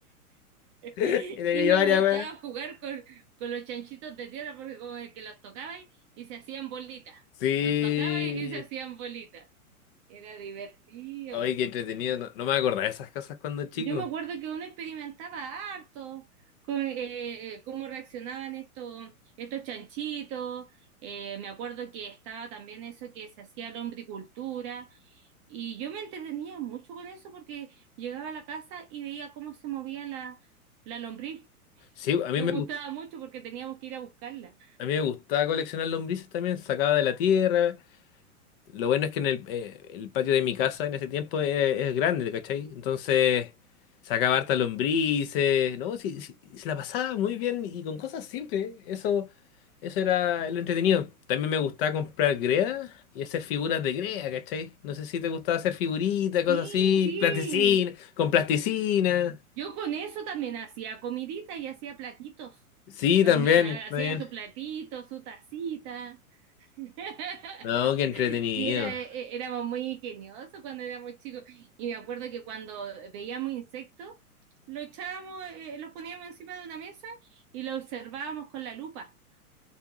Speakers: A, on the left; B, on the right.
A: Y
B: Y
A: tenía yo
B: me
A: varias,
B: gustaba
A: weón.
B: jugar con, con los chanchitos de tierra porque como el que los tocaba y, y se hacían bolitas.
A: Sí.
B: Los tocaba y, y se hacían bolitas. Era divertido.
A: Oye, qué entretenido. No, no me acordaba de esas cosas cuando chico.
B: Yo me acuerdo que uno experimentaba harto con eh, eh, cómo reaccionaban estos, estos chanchitos. Eh, me acuerdo que estaba también eso que se hacía la hombricultura. Y yo me entretenía mucho con eso porque llegaba a la casa y veía cómo se movía la, la lombriz.
A: Sí, a mí
B: Me
A: me
B: gustaba
A: gustaba.
B: mucho porque teníamos que ir a buscarla.
A: A mí me gustaba coleccionar lombrices también, sacaba de la tierra. Lo bueno es que en el, eh, el patio de mi casa en ese tiempo es, es grande, ¿cachai? Entonces sacaba harta lombrices, ¿no? Sí, sí, se la pasaba muy bien y con cosas simples. Eso, eso era lo entretenido. También me gustaba comprar greda y hacer figuras de greda, ¿cachai? No sé si te gustaba hacer figuritas, cosas
B: Sí,
A: así,
B: sí.
A: plasticina, con plasticina.
B: Yo con eso también hacía comidita y hacía platitos.
A: Sí,
B: También
A: también,
B: hacía
A: también.
B: su platito, su tacita. <laughs>
A: No, qué entretenido.
B: Sí, era, eh, éramos muy ingeniosos cuando éramos chicos. Y me acuerdo que cuando veíamos insectos, los echábamos, eh, los poníamos encima de una mesa y los observábamos con la lupa.